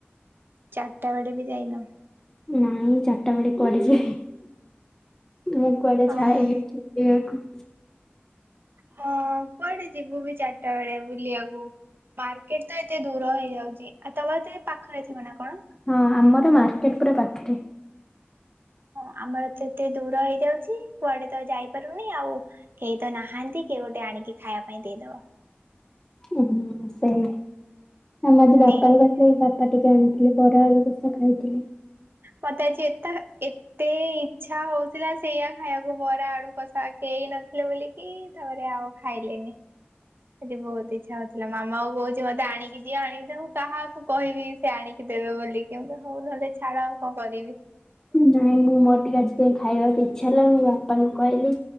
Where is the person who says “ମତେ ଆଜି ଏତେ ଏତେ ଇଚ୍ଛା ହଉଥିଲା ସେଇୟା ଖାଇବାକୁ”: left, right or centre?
Right